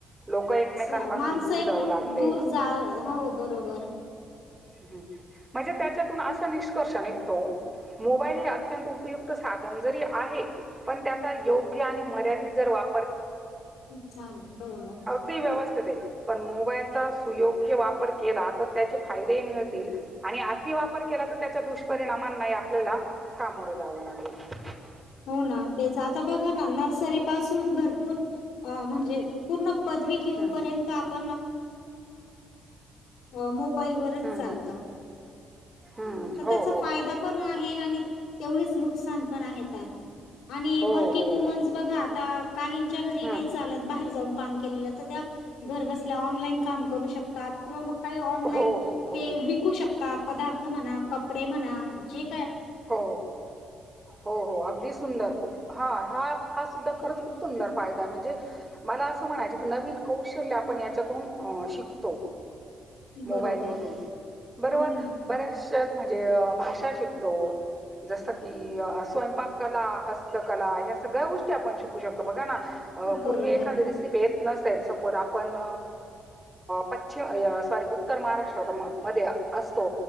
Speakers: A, on the right; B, on the left.
A: लोक एकमेकांपासून
B: च माणसं
A: दूर
B: एकमेक
A: जाऊ लागले.
B: दूर जा हो बरोबर.
A: हम् म्हणजे त्याच्यातून असा निष्कर्ष निऐतो. मोबाईल हे अत्यंत उपयुक्त साधन जरी आहे, पण त्याचा योग्य आणि मर्यादित जर वा
B: चालेल बरोबर.
A: अ व्य <unintelligible> पण मोबाईलचा सुयोग्य वापर केला तर त्या फायदे मिळतील आणि अति वापर केला, तर त्याच्या दुष्परिणामांना आपल्याला सामोरं जावं लाग ह <unintelligible>
B: हो ना तेच आता बघा ना नर्सरी पासून भरपूर म्हणजे पूर्ण. घेर्
A: हम्म
B: आप ऑर् <unintelligible> बलवरच
A: हम्म
B: चालत
A: हम्म हम्म
B: तर
A: हो
B: त्याचा
A: हो
B: फायदा पण आहे. तेवढच नुकसान पण आहे आणि
A: हो
B: वर्किंग
A: हो
B: वुमन्स
A: हो
B: बघा आता. काहींच्या घरी
A: हम्म
B: नाही चालत बाहेर जाऊन. का त्या घर बसल्या ऑनलाईन काम करू शकतात, किंवा म काही ऑनलाईन
A: हो हो हो
B: ते
A: हो
B: विकू शकता पदार्थ म्हणा कपडे म्हणाणजे.
A: हो हो हो अगदी. सुंदर खूप हा हा हा सुद्धा खरंच खूप सुंदर फायदा आहे म्हणजे मला असं म्हणायच की नवीन. कौशल्य आपण याच्यातून शिकतो.
B: बरोबर.
A: मोबाईल मधून बरोबर
B: हम्म, हम्म.
A: बऱ्याच म्हणजे भाषा शिक तो. जसं की अ स्वयंपाक कला हस्तकला ह्या सगळ्या गोष्टी आपण शिकू शकतो बघा ना. अ
B: बरोबर.
A: पूर्वी एखांदि रसिपेत. नसेल सपोज आपण पश्चिम सॉरी उत्तर महाराष्ट्रात म मध्ये. असतो